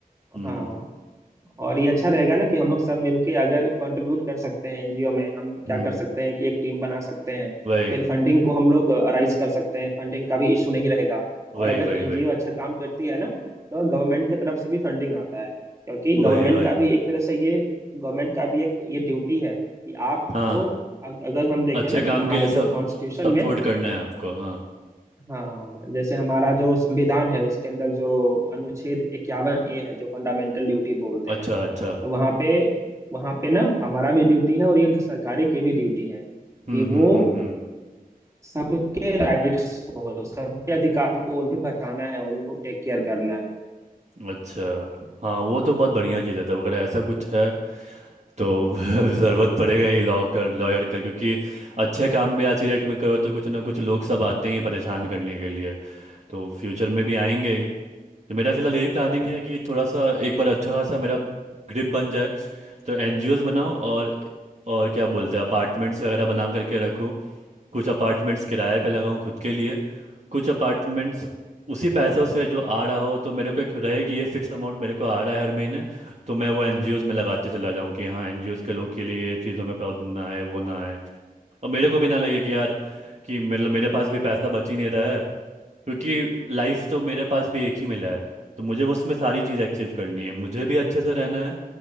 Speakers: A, on the right; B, on the right.
A: हम्म
B: हाँ और ये अच्छा रहेगा ना कि हम लोग सब मिलके अगर कंट्रीब्यूट कर सकते हैं एनजीओ में हम
A: हम्म
B: क्या कर सकते हैं कि एक टीम बना सकते हैं
A: वही
B: फिर फंडिंग को हम लोग राइज कर सकते हैं फंडिंग का भी इशू नहीं रहेगा और
A: वही
B: अगर
A: वही
B: एनजीओ
A: वही
B: अच्छा काम करती है ना तो गवर्नमेंट की तरफ से भी फंडिंग आता है क्योंकि
A: वही
B: गवर्नमेंट
A: वही
B: का भी एक तरह से ये गवर्नमेंट का भी एक ये ड्यूटी है कि आपको
A: हाँ
B: अग- अगर हम देखें
A: अच्छे
B: ना कि
A: काम
B: हमारे
A: के लिए सब
B: जो कॉन्स्टिट्यूशन
A: सपोर्ट
B: में
A: करना है आपको हाँ
B: हाँ जैसे हमारा जो संविधान है उसके अंदर जो अनुच्छेद इक्यावन ए है जो फंडामेंटल ड्यूटी बोलते हैं
A: अच्छा अच्छा
B: तो वहाँ पे वहाँ पे ना हमारा भी ड्यूटी है और ये सरकारी की भी ड्यूटी है
A: हम्म
B: कि वो
A: हम्म हम्म हम्म
B: सबके राइट्स को सबके अधिकार को उन्हें बचाना है उनको टेक केयर करना है
A: अच्छा हाँ वो तो बहुत बढ़िया चीज़ है तब अगर ऐसा कुछ है तो <laughs> ज़रूरत पड़ेगा ही लॉ कर लॉयर का क्योंकि अच्छे काम भी आज की डेट में करो तो कुछ ना कुछ लोग सब आते ही हैं परेशान करने के लिए तो फ्यूचर में भी आएंगे ही तो मेरा फिलहाल यही प्लानिंग है कि थोड़ा सा एक बार अच्छा खासा मेरा ग्रिप बन जाए तो एनजीओज बनाऊँ और और क्या बोलते हैं अपार्टमेंट्स वगैरह बना करके रखूँ कुछ अपार्टमेंट्स किराए पे लगाऊं खुद के लिए कुछ अपार्टमेंट्स उसी पैसों से जो आ रहा हो तो मेरे को एक रहे कि ये फिक्स अमाउंट मेरे को आ रहा है हर महीने तो मैं वो एनजीओज में लगाते चला जाऊं कि हाँ एनजीओज के लोग के लिए ये चीज़ों में प्रॉब्लम ना आए वो ना आए और मेरे को भी ना लगे कि यार कि मतलब मेरे पास भी पैसा बच ही नहीं रहा है क्योंकि लाइफ तो मेरे पास भी एक ही मिला है तो मुझे उसमें सारी चीज़ें अचीव करनी है मुझे भी अच्छे से रहना है